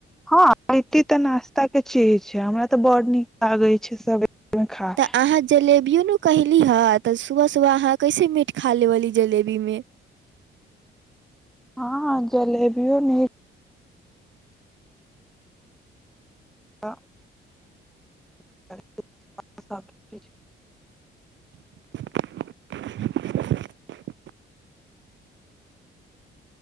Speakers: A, in the centre; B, on the right (about 70°).
A: हँ ख तऽ नास्ता के चीज छैय हमरा तऽ बड़ नीक लागे <unintelligible> खाय
B: तऽ अहाँ जलेबियो ने क कहली हेँ तऽ सुबह सुबह अहाँ कैसे मीट खा लेब ई जलेबीमे
A: हँ जलेबियो न त <inaudible>
B: <inaudible>